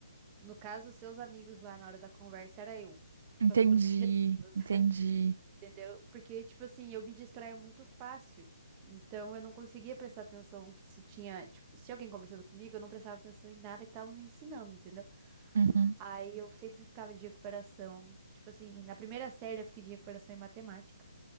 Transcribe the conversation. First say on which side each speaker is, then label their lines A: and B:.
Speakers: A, on the right (about 20°); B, on the right (about 55°).
A: No caso, os seus amigos lá na hora da conversa era eu,
B: Entendi,
A: com as outras <laughs> pessoas,
B: entendi.
A: entendeu? Porque, tipo assim, eu me distraía muito fácil. Então eu não conseguia prestar atenção se tinha, tipo, se tinha alguém conversando comigo, eu não prestava atenção em nada que estavam me ensinando, entendeu?
B: Uhum.
A: Aí eu sempre ficava de recuperação. Tipo assim, na primeira série eu fiquei de recuperação em matemática.